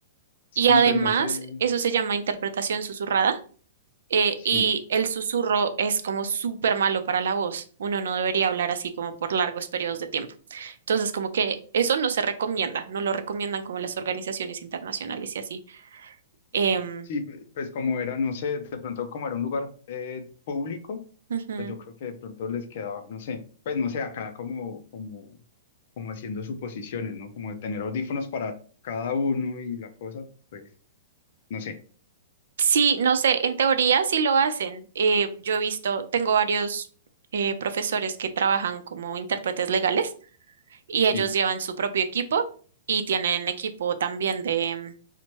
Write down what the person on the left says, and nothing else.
Sí,
pues no sé,
sí.
A
ver, Sí, pe- pues como era, no sé, de pronto como era un lugar eh, público,
pues yo creo que de pronto les quedaba, no sé, pues no sé, acá como, como, como haciendo suposiciones, ¿no? Como de tener audífonos para cada uno y la cosa, pues no sé,
sí.